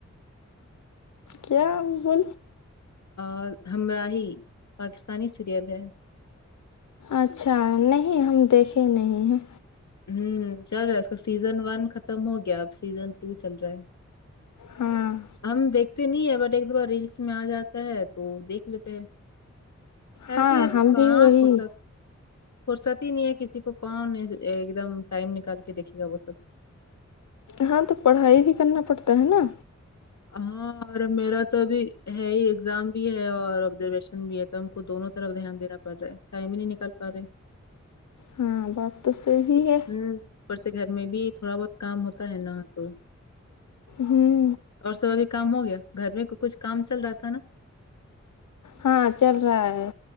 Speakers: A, on the left; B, on the left.
A: کیا وہ
B: اور ہمراہی پاکستانی سیریل ہے
A: اچھا نہیں ہم دیکھے نہیں ہیں
B: ہوں چل رہا ہے اس کا سیزن ون ختم ہو گیا اب سیزن ٹو چل رہا ہے
A: ہاں
B: ہم دیکھتے نہیں ہے بٹ ایک دو بار ریلس میں آ جاتا ہے تو دیکھ لیتے ہیں ایسے
A: ہاں ہم
B: کہاں
A: بھی وہی
B: فرست فرست ہی نہیں ہے کسی کو کون ایک دم ٹائم نکال کے دیکھے گا وہ سب
A: ہاں تو پڑھائی بھی کرنا پڑتا ہے نا
B: ہاں اور میرا تو ابھی ہے ہی ایگزام بھی ہے اور ابزرویشن بھی ہے تو ہم کو دونوں طرف دھیان دینا پڑ رہا ہے ٹائم ہی نہیں نکال پا رہے
A: ہاں بات تو صحیح ہے
B: ہ اوپر سے گھر میں بھی تھوڑا بہت کام ہوتا ہے نا تو
A: ہوں
B: اور سب ابھی کام ہو گیا گھر میں کچھ کام چل رہا تھا نا
A: ہاں چل رہا ہے